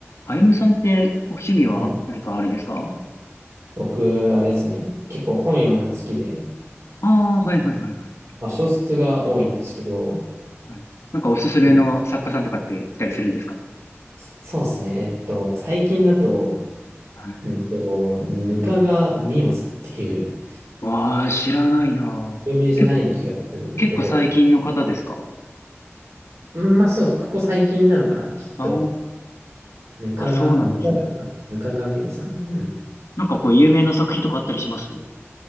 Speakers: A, on the left; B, on the right.
A: あゆむさんってお趣味は何かあるんですか
B: うん。僕、あれですね。結構本読むのが好きで、
A: ああー、はいはいはいはい。
B: まあ小説が多いんですけど、
A: はい。なんかおすすめの作家さんとかっていたりするんですか
B: うんそうですね。えっと、最近だと、
A: はい。
B: うんと、ぬかがみおさんっていう、
A: わあ、知らないなぁ。
B: 有名じゃない気がしたんだけど、
A: け、結構最近の方ですか
B: うんまあそう、ここ最近なのかな、きっと。
A: あ
B: ぬかが、
A: あ、あ、そうなんですね。
B: ぬかぬかがみおさん。うん。
A: なんかこう有名な作品とかあったりします